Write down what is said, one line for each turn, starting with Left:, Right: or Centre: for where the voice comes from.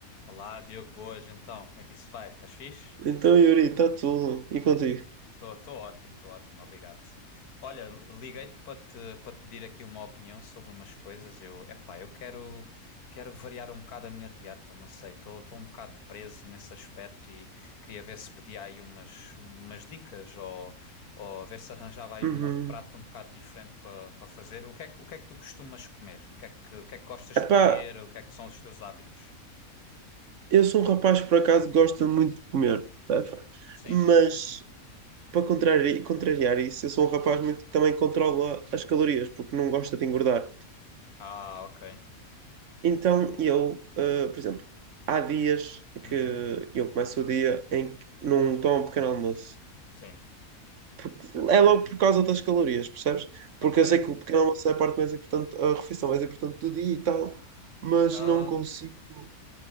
Left: Olá, Diogo, boas, então, como é que isso vai? Estás fixe?
Right: Então, Yuri, está tudo. E contigo?
Left: Estou ótimo, estou ótimo, obrigado. Olha, liguei-te para te, para te pedir aqui uma opinião sobre umas coisas. Eu, epá, eu quero, quero variar um bocado a minha dieta, não sei, estou um bocado preso nesse aspecto e queria ver se pedia aí umas, umas dicas ou, ou ver se arranjava aí
Right: Uhum.
Left: um outro prato um bocado diferente para para fazer. O que é que, o que é que tu costumas comer? O que é que, o que é que gostas de
Right: Epá,
Left: comer? O que é que são os teus hábitos?
Right: eu sou um rapaz que por acaso gosta muito de comer, sabes?
Left: Sim.
Right: Mas, para contrari- contrariar isso, eu sou um rapaz muito que também controla as calorias, porque não gosta de engordar.
Left: Ah, ok.
Right: Então, eu, eh, por exemplo, há dias
Left: Uhum.
Right: que eu começo o dia em que não tomo um pequeno almoço.
Left: Sim,
Right: Porque- É logo por causa das calorias, percebes? Porque
Left: ok.
Right: eu sei que o pequeno almoço é a parte mais importante, a refeição mais importante do dia e tal, mas
Left: Ah,
Right: não consigo.